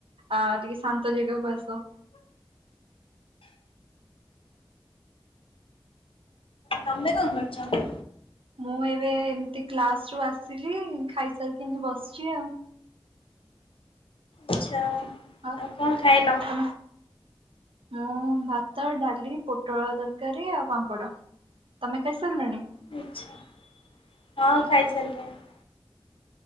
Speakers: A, on the right; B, on the left.
A: ଆ ଟିକେ ଶାନ୍ତ ଜେଗାକୁ ଆସ?
B: ତମେ କଣ କରୁଚ?
A: ମୁଁ ଏବେ ଏମିତି କ୍ଲାସରୁ ଆସିଲି ଖାଇସାରି ଏମିତି ବସିଚି ଆଉ।
B: ଆଚ୍ଛା।
A: ଆଉ
B: କଣ ଖାଇଲ?
A: ତମେ ମୁଁ ଭାତ, ଡ଼ାଲି, ପୋଟଳ ତରକାରୀ ଆଉ ପାମ୍ପଡ଼। ତମେ ଖାଇ ସାରିଲଣି?
B: ଆଚ୍ଛା ହଁ ଖାଇସାରିଲିଣି।